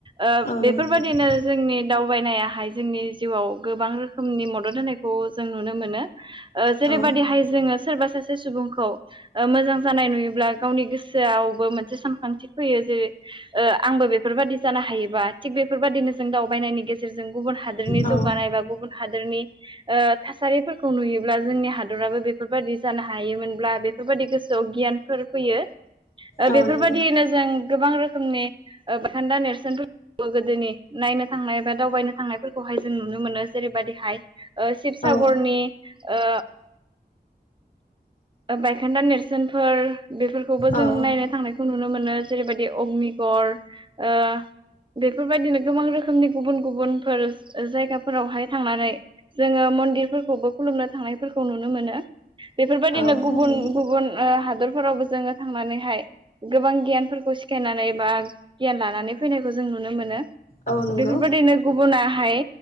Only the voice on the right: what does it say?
ओ
बेफोरबादिनो
जोंनि दावबायनायाहाय जोंनि जिउआव गोबां रोखोमनि मदद होनायखौ जों नुनो मोनो। ओ जेरैबादिहाय
जोङो सोरबा सासे सुबुंखौ ओ मोजां जानाय नुयोब्ला गावनि गोसोआवबो मोनसे सानखांथि फैयो जे ओ आंबो बेफोरबादि जानो हायोबा थिग बेफोरबादिनो जों दावबायनायनि गेजेरजों गुबुन हादोरनि
जौगानाय बा गुबुन हादोरनि ओ थासारिफोरखौ नुयोब्ला जोंनि हादराबो बे बेफोरबायदि जानो हायोमोनब्ला बेफोरबायदि गोसोआव गियानफोर फैयो। ओ
बेफोरबादिनो
जों गोबां रोखोमनि ओ बायखोन्दा नेरसोनफोरखौ गोदोनि नायनो थांनाय बा दावबायनो थांनायफोर खौहाय जों नुनो मोनो जेरैबादिहाय ओ शिबसागरनि
ओ बायखोन्दा नेरसोनफोर बेफोरखौबो जों
नायनो थांनायखौ नुनो मोनो। जेरैबायदि अग्णिगर ओ बेफोरबायदिनो गोबां रोखोमनि गुबुन- गुबुनफोर जायगाफोरावहाय थांनानै जोङो मन्दिरफोरखौबो खुलुमनो थांनायफोरखौ नुनो मोनो। बेफोरबादिनो
गुबुन गुबुन ओ हादर <unintelligible> जोङो थांनानैहाय गोबां गियानफोरखौ सिखायनानै बा गियान लानानै फैनायखौ जों नुनो मोनो।
बेफोरबादिनो गुबुुनाहाय